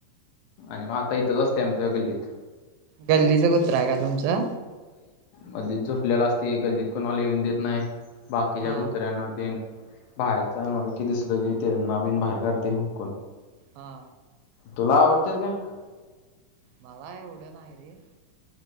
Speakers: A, on the left; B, on the right.
A: आणि मग आता इथंच असते आमच्या गल्लीत
B: गल्लीच कुत्रा आहे का तुमचं
A: म झोपलेला असते गल्लीत कोणाला येिऊन देत नाही बाकीच्या
B: हा
A: कुतऱ्यांना ते बाहेरचा कि दिसलं की त्यांना बिन बाहेर काढते हुंकण
B: हा
A: तुला आवडते का
B: मला एवढं नाही आहे रे